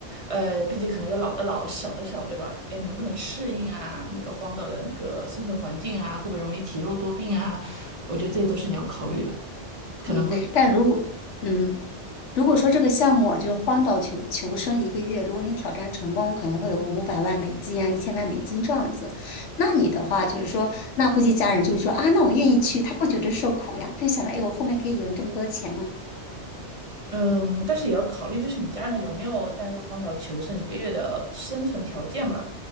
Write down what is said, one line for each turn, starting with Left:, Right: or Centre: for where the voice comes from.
Right: 呃，毕竟可能有老的老，小的小，对吧？哎，能不能适应啊？那个荒岛的那个生存环境啊，会不会容易体弱多病啊？我觉得这些都是你要考虑的，可能会
Left: 嗯，但如果，嗯，如果说这个项目就是荒岛求求生一个月，如果你挑战成功，可能会有个五百万美金啊，一千万美金这样子。那你的话就是说，那估计家人就会说啊，那我愿意去，他不觉得受苦呀，他就想着，哎，我后面可以赢这么多钱吗？
Right: 嗯，但是也要考虑，就是你家人有没有在那个荒岛求生一个月的生存条件吧。